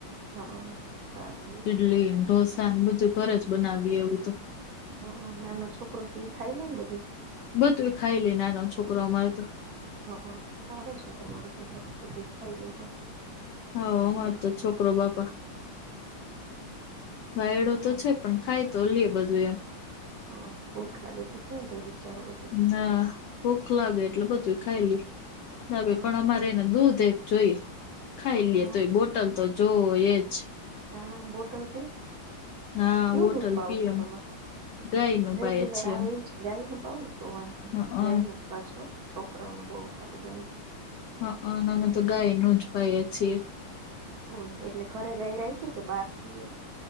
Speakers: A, on the right; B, on the left.
A: હા. સારું લ્યો
B: ઈડલી ઢોસા બધું ઘર જ બનાવીએ એવું તો.
A: હ ના ના છોકરો સી ખાઈ લ ને બધી?
B: બધું એ ખાઈ લે નાનો છોકરો અમારો તો.
A: હા હ તો સારું છે તમારું તો તો બધું ખાઈ લે તો.
B: હા અમાર તો છોકરો બાપા વાાયડો તો
A: હા
B: છે પણ ખાય તો લ બધું એમ.
A: હ ભોખ લાગે તો કે્યાં જાય વિચાર બસ.
B: ના ભૂખ લાગે એટલે બધું ખાયલી દવે
A: હા
B: પણ અમારે ને દૂધ એક જોઈ ખાઈ
A: હા
B: લઈએ તો બોટલ તો જો એ જ.
A: હા બોટલ ભી
B: ના
A: કેવું
B: બોટલ
A: દૂધ પાવ
B: પીએ
A: છો
B: એમ.
A: તમે?
B: ગાય નું
A: રેડ્યુલર
B: પાય છીએ
A: આવે
B: એમ
A: એ. ગાય નું ભાવ ને તો વાંધો નને
B: હ
A: ગાય નું જ પાછો છોકરાઓને બહુ સારું ગાય.
B: હા અમે તો ગાય ન જ ભાઈએ છીએ.
A: હો એટલે ઘરે ગાય રાખીયે કે બહાર થી ગયો.